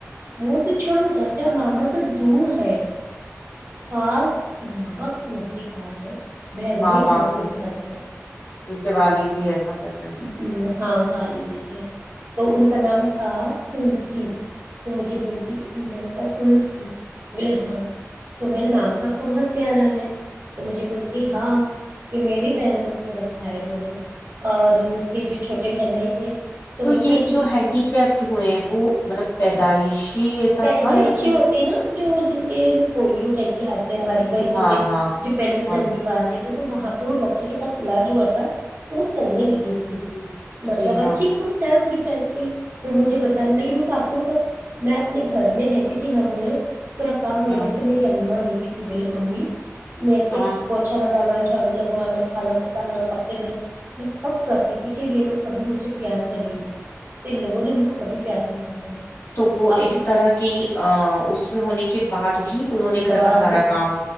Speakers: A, on the right; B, on the left.
A: وہ تو چھوڑو چاچا ماما تو دور ہے خاص نمق نزدیک آ گ بہن
B: ہیں ماں
A: بھائی
B: باپ
A: نزدیک
B: بھی
A: حضی
B: ان کے والد ہی ایسا کر رہے ہیں
A: ہ ہاں وہال جیسی ہے تو ان آ کا نام تھا تلسی تو مجھے بولتی میں نے کا تلسی بولے ہاں تو میں نے نام تو آپ کا بہت پیارا ہے تو مجھے بولتی ہاں یہ میرری پیرنٹس نے رکھا ہے بولے اور اس کے جو چھوٹے بہن بھائی تھے
B: تو
A: میں نے
B: یہ
A: کہا
B: جو ہینڈیکپڈ ہوئے ہیں وہ مطلب دعشی ایسا
A: پیدائشی
B: تھا آپ کے
A: ہوتے نا جو جن کے پولیو ٹائپ کے ہاتھ پیر باریک باریک
B: ہاں
A: ہوتے
B: ہاں
A: جو پہلے چل
B: ہاں
A: نہیں پاتے تو وہاں پہ وہ ڈاکٹر کے پاس علاج ہوا تھا تو چلنے لگی تھی
B: جی جی
A: مطلب
B: جی
A: اچھی
B: ہاں
A: خود سیلف ڈیف ف ت وہ مجھے بتانے لگی آپ سے کو میں اپنے گھر میں رہتی تھی نا بولے پورا کام میرے
B: ہاں
A: سے میری اما لی کتی بول مممی میرے سے
B: ہاں
A: بہت اچھا لگتا ہے گانا جھاڑو لگوانا کھانا پکانا کپڑے دھونا میں سب کرتی تھی کہ یہ لوگ کبھی مجھے پیار کریں گے تو ان لوگوں نے میر کو کبھی پیار نہیں کرا بولا
B: تو وہ
A: اب
B: اس طرح کی ا اس میں ہونے کے بعد بھی انہوں نے گھر
A: بعد
B: کا سارا
A: بھی
B: کام